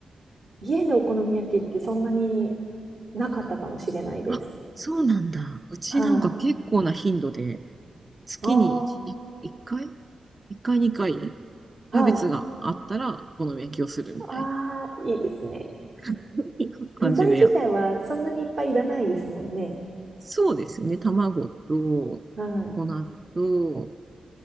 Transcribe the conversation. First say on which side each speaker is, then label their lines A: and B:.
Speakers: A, on the right; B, on the right.
A: 家でお好み焼きってそんなになかったかもしれないです。
B: あ、そうなんだ。うちなんか結構な頻度で、
A: はい。
B: 月に1、
A: あ
B: 1回 ?1 回2回にかい
A: あ、
B: キャベツがあったら、
A: はい。
B: お好み焼きをするみたいな。
A: ああ、いいですね。
B: <laughs> いう感じでやっ
A: 具材自体はそんなにいっぱいいらないですもんね。
B: そうですね。卵と、
A: はい。
B: 粉と、